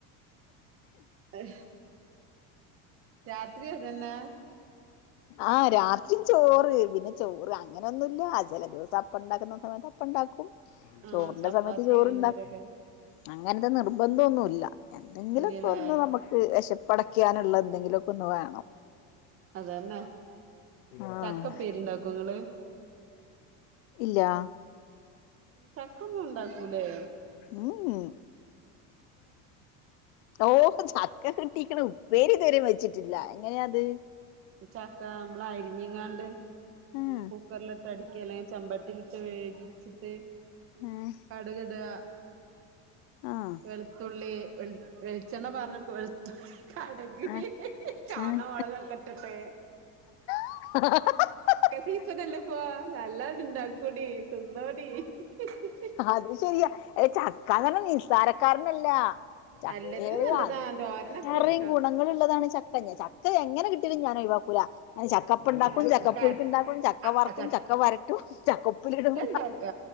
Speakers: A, on the right; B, on the left.
A: അഹ് രാത്രി അതെന്നേ
B: ആ രാത്രിചോറ് പിന്നെ ചോറ് അങ്ങനൊന്നുല്ലാ ചെല ദിവസം അപ്പം ഇണ്ടാക്കണ സമയത്ത് അപ്പം ഇണ്ടാക്കും
A: ആഹ്
B: ചോറിന്റെ
A: ചപ്പാത്തി
B: സമയത്ത് ചോറ്ണ്ടാക്കും
A: അങ്ങനെന്തേലൊക്കെ
B: അങ്ങനെത്തെ നിർബന്ധം നിർബന്തോന്നുല്ല എന്തെങ്കിലൊക്കൊന്ന്
A: ഇല്ലല്ലേ
B: നമുക്ക് വെശപ്പടയ്ക്ക്യാന്ള്ള ന്തെങ്കിലൊക്കൊന്ന് വേണം
A: അതന്നെ
B: ആഹ്
A: ചക്കപേരിണ്ടാക്കോ ഇങ്ങള്
B: ഇല്ലാ
A: ചക്കൊന്നുംണ്ടാക്കൂലേ...
B: മ് മ് ഓ <unintelligible> കിട്ടീക്ണ് ഉപ്പേരിത്‌വെരേം വെച്ചിട്ടില്ല എങ്ങനെയത്‌..
A: ചക്ക മ്മള് അരിഞ്ങ്ങാണ്ട്
B: ആഹ്
A: കുക്കറില്ട്ട് <inaudible> ക്കെലെ അല്ലെങ്കി ചെമ്പട്ടിലിട്ട് വേഗിച്ചിട്ട്
B: ആഹ്
A: കടുക്ഡാ...
B: ആഹ്
A: വെളുത്തുള്ളി <unintelligible> വെളിച്ചെണ്ണ പാർന്ന് <unintelligible> കട്ക്ന്
B: ആഹ്
A: ചോന്ന
B: ആഹ്
A: മൊളകൊക്കെട്ട്ട്ട്
B: <unintelligible>
A: <unintelligible> <unintelligible> <unintelligible>
B: അത് ശെരിയാ ഏ ചക്കാന്നറഞാ നിസ്സാരക്കാരനല്ല ചക്കേ...
A: നല്ലതിന് നല്ലതാ തോരനൊക്കെ
B: അത്രേം
A: വെക്കാം
B: ഗുണങ്ങള് ള്ളതാണ് ചക്ക ചക്ക എങ്ങനെ കിട്ട്യാലും ഞാ.. ഒയിവാക്കൂല ക്കൂല അങ്ങന ചക്കപ്പണ്ടാക്കും,
A: ആഹ്
B: ചക്കപ്പുഴുക്ക്ണ്ടാക്കും,
A: നമക്ക്
B: ചക്ക
A: ആഹ്
B: വറക്കും, ചക്ക വരട്ടും ചക്കപ്പിലിടും.
A: ണ്ടാക്ക